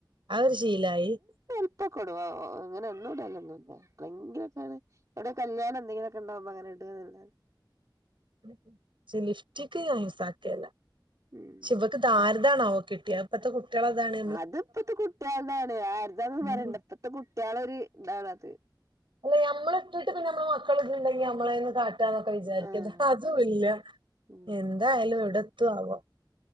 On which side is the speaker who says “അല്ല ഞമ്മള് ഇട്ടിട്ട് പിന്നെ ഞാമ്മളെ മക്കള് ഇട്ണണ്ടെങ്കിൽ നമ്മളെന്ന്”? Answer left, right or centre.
Right